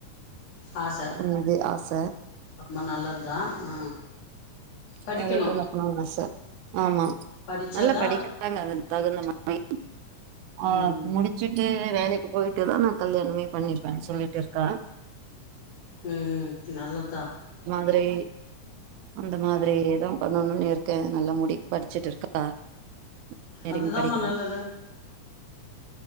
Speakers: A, on the left; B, on the right.
A: ஆச
B: ம் இது ஆச
A: ரொம்ப நல்லத் தா ஆ படிக்கணு
B: வேலைக்கு அனுப்பனுன் ஆச ஆமா
A: படிச்சாதா
B: நல்லா படிக்கிறாங்க அது தகுந்த மாரி ஆ
A: ம்
B: முடிச்சுட்டு டு வேலைக்கு போயிட்டுதா நா கல்யாணமே பண்ணிப்பன் சொல்லிட்டு இருக்கா
A: ம் நல்லத்தா
B: பிரே அந்த மாதிரி தான் பண்ணணுன்னு இருக்கேன் நல்ல முடி படிச்சுட்டு இருக்கா இன்ஜினியரிங்
A: அதுதாமா
B: படிக்கிறா
A: நல்லது